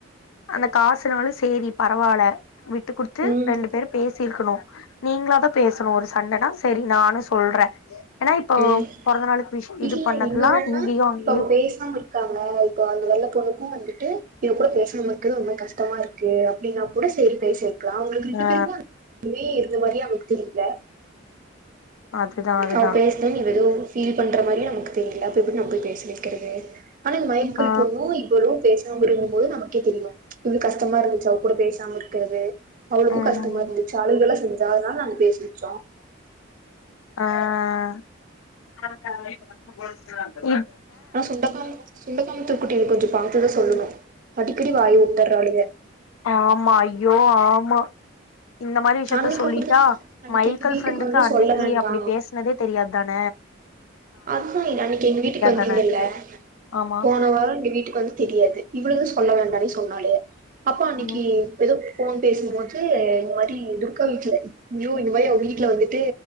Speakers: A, on the left (about 80°); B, on the right (about 40°).
A: அந்த காசுனாலு சேரி பரவால விட்டு குடுத்து
B: ம்
A: ரெண்டு பேர் பேசிருக்கனு நீங்களாதா பேசணு ஒரு சண்டனா சேரி நானு சொல்ற ஏனா இப்போ
B: ம்
A: பொறந்த நாளுக்கு விஷ் இது
B: இல்ல
A: பண்ணதல்லா
B: இன்னொன்னுன்னா
A: இங்கேயு அங்
B: இப்ப பேசாம இருக்காங்க இப்ப அவங்க வெள்ளப் போ அவளுக்கு வந்துட்டு இவ கூட பேசாம இருக்குறது ரொம்ப கஷ்டமா இருக்கு அப்படின்னா கூட சேரி பேசு க்ளா அவங்களுக்கு எப்படி
A: ஆ
B: தெரியுமா மே இருக்குற மாரியா அவங்களுக்கு தெரில
A: அதுதா அதுதா
B: அவ பேஸ்ட்டு நீ வெளிய <unintelligible> ஃபீல் பண்ற மாரியே நமக்கு தெரியல அப்போ எப்படி நம்ம போய் பேச வெக்கிறது ஆனா மைக்கிள்
A: ஆ
B: பொண்ணு இவளு பேஸ் நம்ப இருக்கும் போது நம்ம எனக்கே தெரில ம்ச் இவ்வள கஷ்டமா இருந்துச்சு அவ கூட பேசாம இருக் இருக்குறது அவளுக்கு
A: ம்
B: கஷ்டமா இருந்துச்சா அழுகல்லா செஞ்ஜா அதனால நாங்க பேச வெச்சோ
A: ஆ <inaudible>
B: ஆனா சுண்டக்காம் சுண்டக்காம்புதூர் குட்டி இரு கொஞ்சம் பாத்தத சொல்லுணு அடிக்கடி வாயுட்டுர்றாளுங்க
A: ஆமா அய்யோ ஆமா இந்த மாதிரி விஷயத்த
B: அன்னைக்கு
A: சொல்லிட்டா
B: அப்டிதா அன்னைக்கு
A: மைல்கல்
B: எங்க வீட்டுக்கு
A: ஃப்ரெண்டுக்கு
B: வந்து
A: அன்னைக்கு
B: சொல்ல வேண்டா
A: அப்படி பேசுனதே தெரியாதுதான
B: அதுதா அன்னைக்கு எங்க வீட்டுக்கு வந்திங்கல்ல
A: தான ஆமா
B: போன வாரோ எங்க வீட்டுக்கு வந்தது தெரியாது இவ்ளுகளு சொல்ல வேண்டானேஸ் சொன்னாலுக அப்பா அன்னைக்கு
A: ம்
B: ஏதோ ஃபோன் பேசும் போது இந்த மாதிரி துர்கா வீட்ல நியூ இந்த மாரி அவ வீட்ல வந்துட்டு